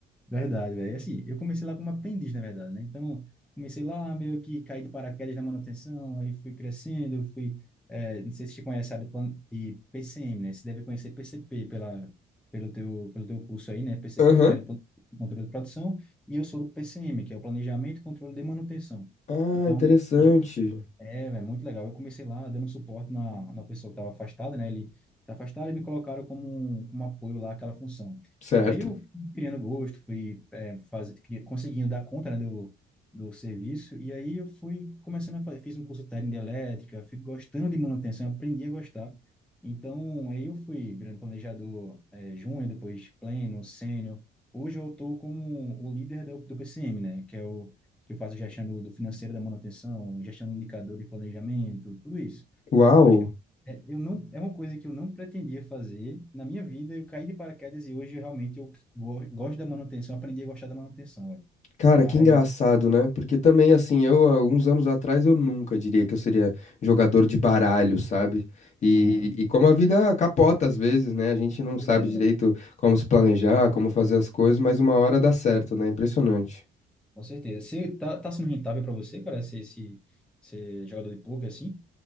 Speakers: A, in the centre; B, on the left.
A: Verdade, velho. Assim, eu comecei lá como aprendiz, na verdade, né? Então, comecei lá meio que caí de paraquedas na manutenção, aí fui crescendo, eu fui... eh, não sei se te conhece, sabe, plan- de PCM, né? Você deve conhecer PCP pela, pelo teu, pelo teu curso aí, né? PCP,
B: Aham.
A: que era o Plano de Controle de Produção, e eu sou do PCM, que é o Planejamento e Controle de Manutenção.
B: Ah,
A: Então,
B: interessante.
A: é, é muito legal. Eu comecei lá dando suporte na, na pessoa que estava afastada, né? Ele se afastaram e me colocaram como, um como um apoio lá àquela função.
B: Certo.
A: E aí eu fui criando gosto, fui é, faz, cri- conseguindo dar conta, né, do, do serviço. E aí eu fui começando a fazer, fiz um curso técnico de elétrica, fui gostando de manutenção, aprendi a gostar. Então, aí eu fui virando planejador é, júnior, depois pleno, sênior. Hoje eu estou como o líder do, do PCM, né? Que é o que eu faço gestão do, do financeiro da manutenção, gestão do indicador de planejamento, tudo isso.
B: Uau.
A: Mas cara, é, eu não, é uma coisa que eu não pretendia fazer na minha vida. Eu caí de paraquedas e hoje eu realmente eu go gosto da manutenção, aprendi a gostar da manutenção, velho.
B: Cara,
A: Mas,
B: que engraçado, né? Porque também, assim, eu, há uns anos atrás, eu nunca diria que eu seria jogador de baralho, sabe? E,
A: aham,
B: e como a vida capota às vezes, né? A gente não sabe
A: pois é,
B: direito
A: velho.
B: como se planejar, como fazer as coisas, mas uma hora dá certo, né? Impressionante.
A: Com certeza. Você tá, tá sendo rentável para você, cara, ser, esse, ser jogador de poker assim?